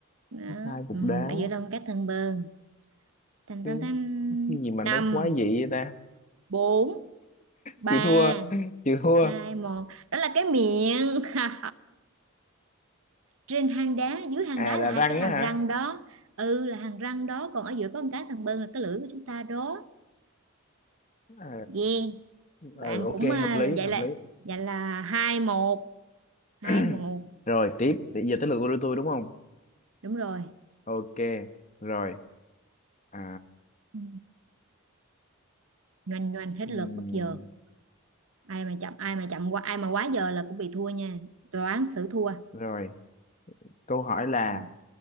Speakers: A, on the right; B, on the left.
A: đó.
B: hai cục
A: Ừ.
B: đá
A: ở giữa đâu con cá thần bơn tan
B: cái,
A: tan tan
B: cái gì mà
A: năm
B: nó quá dị vậy ta
A: bốn ba
B: chịu thua chịu thua
A: hai một đó là cái miệng <laughs> trên hang đá dưới hang
B: à
A: đá
B: là
A: là hai
B: răng
A: cái hàm
B: á hả
A: răng đó ừ là hàm răng đó còn ở giữa có một cái thằng bơn là cái lưỡi của chúng ta đó
B: Ờ,
A: yeah
B: ừ
A: bạn
B: ok
A: cũng à,
B: hợp lý
A: vậy
B: hợp
A: là
B: lý
A: vậy là hai một hai
B: <clears throat>
A: một
B: rồi tiếp bây giờ tới lượt của tôi đúng không
A: đúng rồi
B: ok rồi à
A: Ừ, nhoành nhoành hết
B: ừm,
A: lượt bất giờ ai mà chậm ai mà chậm qua ai mà quá giờ là cũng bị thua nha đoán xử thua
B: rồi câu hỏi là
A: Hmm.